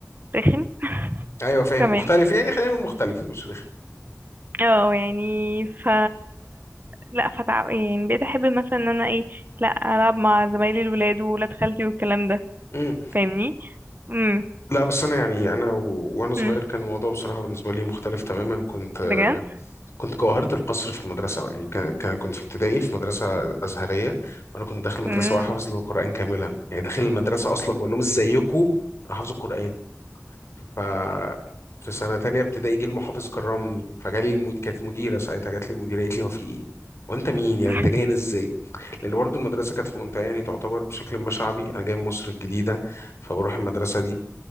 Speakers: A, on the right (about 40°); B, on the left (about 60°).
A: رخم <laughs>
B: ايوه فاهم
A: تمام
B: مختلف يعني خلينا نقول مختلف مش رخم
A: اه يعني ف لا فتع... يعني بقيت احب مثلا ان انا ايه لا العب مع زمايلي الولاد وولاد خالتي والكلام ده
B: امم
A: فاهمني امم
B: لا بس انا يعني انا و... وانا صغير
A: امم
B: كان الموضوع بصراحة بالنسبة لي مختلف تماما كنت آه،
A: بجد
B: كنت جوهرة القصر في المدرسة يعني كان كان- كنت في ابتدائي في مدرسة أزهرية وأنا كنت داخل مدرسة
A: امم
B: وحافظ القرآن كاملا يعني داخل المدرسة أصلا بقول لهم إزيكم أنا حافظ القرآن ففي سنة تانية ابتدائي جه المحافظ كرمني فجالي المد... كانت مديرة ساعتها جات لي المديرة قالت لي هو في ايه؟ وانت مين يعني
A: <laughs>
B: انت جاي هنا ازاي؟ لان برضو المدرسة كانت في منطقة يعني تعتبر بشكل ما شعبي انا جاي من مصر الجديدة فبروح المدرسة دي